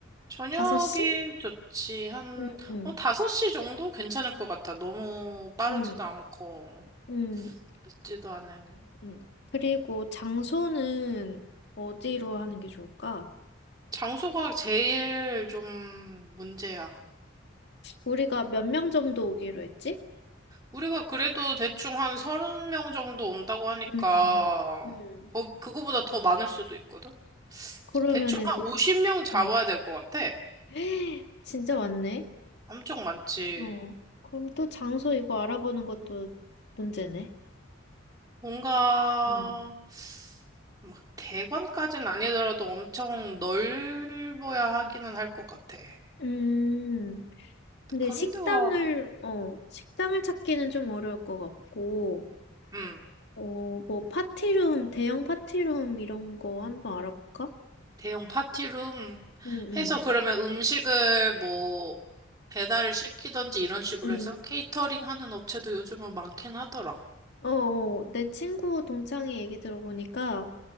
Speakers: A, on the right (about 20°); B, on the left (about 60°).
A: 저녁이
B: 다섯 시
A: 좋지. 한,
B: 응, 응,
A: 어, 5시 정도 괜찮을 것 같아. 너무 빠르지도
B: 응,
A: 않고,
B: 응,
A: 늦지도 않으니.
B: 응. 그리고 장소는 어디로 하는 게 좋을까?
A: 장소가 제일 좀 문제야.
B: 우리가 몇 명 정도 오기로 했지?
A: 우리가 그래도 대충 한 30명 정도 온다고 하니까,
B: 음, 음.
A: 거, 그거보다 더 많을 수도 있거든?
B: 그러면은
A: 대충 한
B: 그,
A: 50명 잡아야
B: 어.
A: 될 것 같아.
B: <gasps> 진짜 왔네.
A: 엄청 많지.
B: 어. 그럼 또 장소 이거 알아보는 것도 문제네.
A: 뭔가
B: 음.
A: 막 대관까지는 아니더라도 엄청 넓어야 하기는 할 것 같아.
B: 음. 근데
A: 그런
B: 식당을,
A: 데가
B: 어, 식당을 찾기는 좀 어려울 것 같고,
A: 음,
B: 어, 뭐, 파티룸, 대형 파티룸 이런 거 한번 알아볼까?
A: 대형 파티룸
B: 응, 응,
A: 해서 그러면 음식을 뭐 배달을 시키던지 이런 식으로
B: 응.
A: 해서 케이터링 하는 업체도 요즘은 많긴 하더라.
B: 어, 어, 내 친구 동창이 얘기 들어보니까,